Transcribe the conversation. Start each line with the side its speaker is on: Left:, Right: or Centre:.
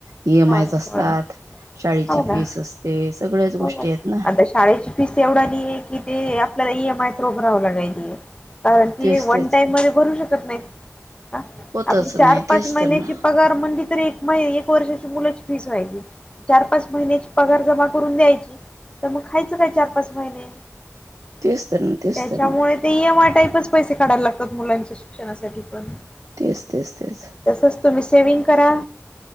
Right: ई एम
Left: हो
Right: आय
Left: ना
Right: असतात
Left: हो ना
Right: शाळेची
Left: हो
Right: फीस
Left: ना
Right: असते सगळ्याच गोष्टी
Left: हो
Right: आहेत ना.
Left: आता शाळेची फीस एवढा नाहीे की ते आपल्याला ई एम आयच रभरावं लागायची आहे. कारण ती
Right: तेच
Left: वन
Right: तेच
Left: टाईम मध्ये भरू शकत नाही
Right: होतच
Left: आपली चार
Right: नाही
Left: पाच
Right: तेच
Left: महिन्याची
Right: तर ना
Left: पगार मं तर एक म एक वर्ष फीस व्हा चार पाच महिन्या पगार जमा करून द्यायची. तर मग खायचं काय चार पाच महिने
Right: तेच तर ना तेच
Left: त्याच्यामुळे
Right: तर ना
Left: ते ई एम आय टाईपच पैसे काढायला लागतात मुलांच्या शिक्षणासाठी पण.
Right: तेच तेच तेच
Left: तसंच तुम्ही सेविंग करा.